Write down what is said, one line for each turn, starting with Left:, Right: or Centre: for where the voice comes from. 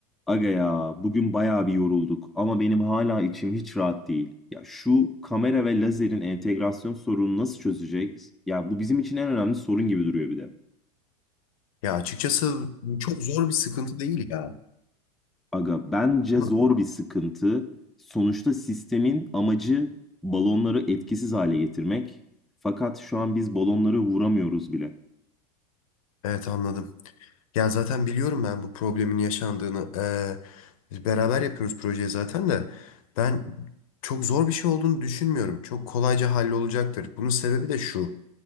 Centre: Aga ya bugün bayağı bir yorulduk ama benim hala içim hiç rahat değil. Ya şu kamera ve lazerin entegrasyon sorununu nasıl çözeceğiz? Ya bu bizim için en önemli sorun gibi duruyor bir de.
Left: Ya açıkçası çok zor bir sıkıntı değil ya.
Centre: Aga bence
Left: Bunu-
Centre: zor bir sıkıntı. Sonuçta sistemin amacı balonları etkisiz hale getirmek. Fakat şu an biz balonları vuramıyoruz bile.
Left: Evet anladım. Ya zaten biliyorum ben bu problemin yaşandığını. Ee, biz beraber yapıyoruz projeyi zaten de. Ben çok zor bir şey olduğunu düşünmüyorum. Çok kolayca hallolacaktır. Bunun sebebi de şu.